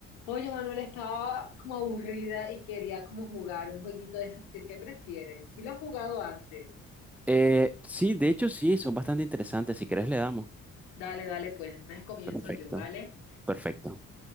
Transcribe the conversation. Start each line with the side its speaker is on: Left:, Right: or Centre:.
Left: Oye, Manuel, estaba como aburrida y quería como jugar un jueguito de esos que, ¿qué prefieres? Si lo has jugado antes.
Centre: Eh, sí, de hecho sí, son bastante interesantes. Si querés le damos.
Left: Dale, dale, pues entonces comienzo
Centre: Perfecto,
Left: yo, ¿vale?
Centre: perfecto.